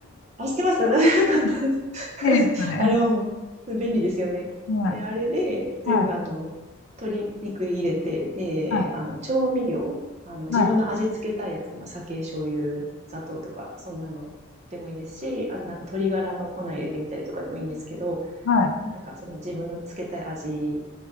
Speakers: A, on the right; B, on the left.
A: あ、知ってます <laughs> よかったです。
B: <laughs>
A: <laughs>
B: いいですね。
A: あれはもう、便利ですよね。
B: はい、
A: で、あれで、
B: はい、
A: 全部あの、鶏肉入れて、で、
B: はい、
A: あの、調味料、あの、自分の味付けたいやつ、
B: はい、
A: まあ、酒、醤油、砂糖とか、そんなのでもいいですし、あとなんか鶏ガラの粉入れてみたりとかでもいいんですけど、
B: はい、
A: なんかその自分のつけたい味